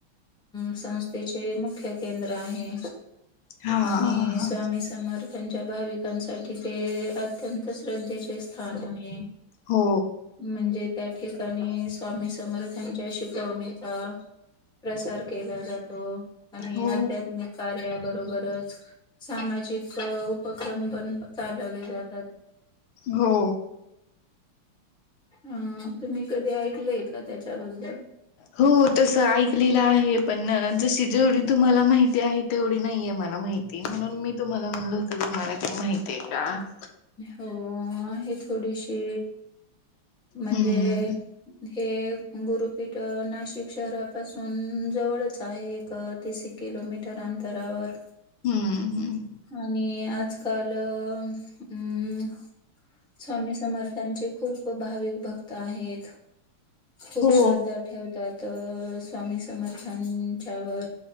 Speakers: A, in the centre; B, on the left (about 75°).
A: संस्थेचे मुख्य केंद्र आहे.
B: हा
A: आणि
B: हा
A: स्वामी समर्थ, त्यांच्या भाविकांसाठी ते अत्यंत श्रद्धेचे स्थान आहे.
B: हो
A: म्हणजे त्या ठिकाणी स्वामी समर्थांच्या शिकवणी, प्रसार केला जातो आणि
B: हो
A: आध्यात्मिक कार्याब, बरोबरच सामाजिक उपक्रम पण चालवले जात.
B: हो.
A: ह तुम्ही कधी ऐकलय का त्याच्याबद्दल,
B: हो तस ऐकलेलं आहे. पण जशी, जेवढी तुम्हाला माहिती आहे, तेवढी नाहीये मला माहिती म्हणून, मी तुम्हाला म्हणलं होतं तुम्हाला काही माहिती आहे. <inaudible>
A: हो आहे थोडीशी, म्हणजे
B: हम्म
A: हे, गुरुपीठ नाशिक शहरापासून जवळच आहे, एक तिस किलोमीटर, अंतरावर,
B: हम्म हम्
A: आणि आजकाल अम्, स्वामी समर्थांचे खूप भाविक भक्त आहेत. खूप
B: हो
A: श्रद्धा ठेवतात. स्वामी समर्थांच्या व,